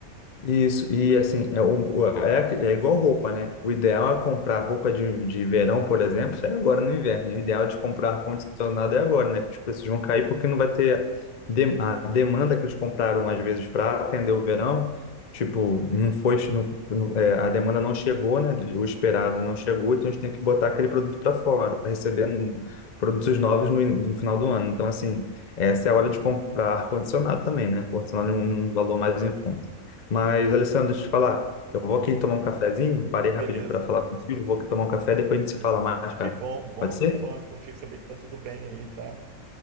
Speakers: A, on the left; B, on the right.
A: Isso, e assim, é, um- é, é igual roupa, né? O ideal é comprar roupa de, de verão, por exemplo, é agora no inverno. né? O ideal de comprar ar-condicionado é agora, né? Que os preços vão cair porque não vai ter dem- a demanda que eles compraram, às vezes, para atender o verão. Tipo, não foi, não, não- é, a demanda não chegou, né? O esperado não chegou, então a gente tem que botar aquele produto para fora, para receber n- produtos novos no, in- no final do ano. Então, assim, essa é a hora de comprar ar-condicionado também, né? Ar-condicionado é um um valor mais em conta. Mas, Alessandro, deixa eu te falar. Eu vou
B: Ah,
A: aqui tomar um cafezinho, parei
B: beleza.
A: rapidinho para falar contigo, vou aqui tomar um café, depois a gente se fala mais, cara.
B: Que bom, bom
A: Pode ser?
B: ter falado contigo, saber que tá tudo bem aí, tá?